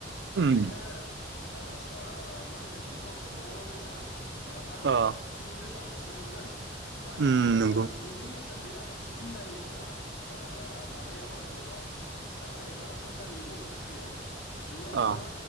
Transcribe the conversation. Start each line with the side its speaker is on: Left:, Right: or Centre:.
Right: उम
Left: नोङो ओ स ओ मा होनगोन बेखौ द रोजा नङाबा
Right: अ
Left: स्नि रोज रोजा लसो मोनगोन। बाट
Right: उम
Left: नोङो
Right: नंगौ
Left: बिनि बेराफारसेथिं नायोब्ला माबायाव जबाव एबा सरखारि साख्रियाव बेयाव नोङो
Right: अ